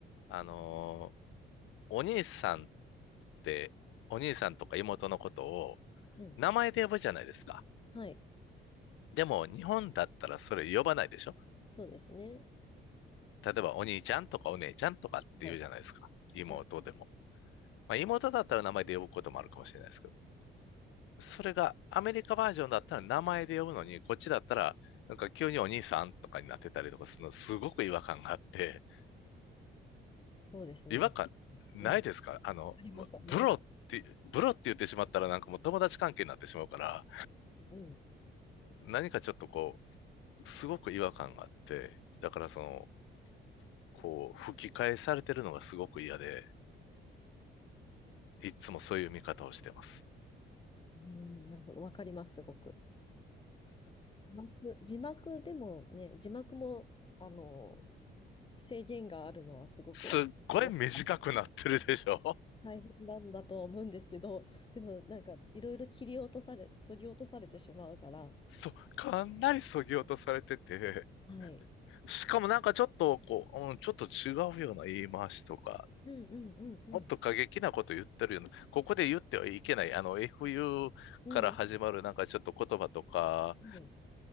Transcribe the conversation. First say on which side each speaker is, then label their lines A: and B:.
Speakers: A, on the left (about 85°); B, on the left (about 25°).
A: あのーお兄さんって、お兄さんとか妹のことを
B: うん。うん。
A: 名前で呼ぶじゃないですか。
B: はい。
A: でも、日本だったらそれ呼ばないでしょ
B: そうですね。
A: 例えば、お兄ちゃんとかお姉ちゃんとかって言うじゃないですか。
B: はい。
A: 妹でも。
B: はい。
A: まあ、妹だったら名前で呼ぶこともあるかもしれないですけどそれがアメリカバージョンだったら名前で呼ぶのに、こっちだったら、なんか急にお兄さんとかになってたりとかするの、すごく違和感があって、
B: そうですね。
A: 違和感ないですかあの、
B: うん。あります、
A: ブロって、
B: あります。
A: ブロって言ってしまったらなんかもう友達関係になってしまうから、
B: うん。
A: 何かちょっとこう、すごく違和感があって、だからその、こう、吹き返されてるのがすごく嫌で、いつもそういう見方をしてます。
B: うん、なるほど。わかります、すごく。字幕、字幕でもね、字幕も、あの、制限があるのはすごくね
A: すっごい短くなってるでしょ
B: 大変なんだとは思うんですけど、でもなんかいろいろ切り落とされ、削ぎ落とされてしまうから、
A: <laughs> そう、かなり削ぎ落とされてて、
B: はい。
A: しかもなんかちょっとこう、うん、ちょっと違うような言い回しとか、
B: うんうんうんうん。
A: もっと過激なこと言ってるような、ここで言ってはいけない、あの FU
B: うん。
A: から始まるなんかちょっと言葉とか、
B: はい。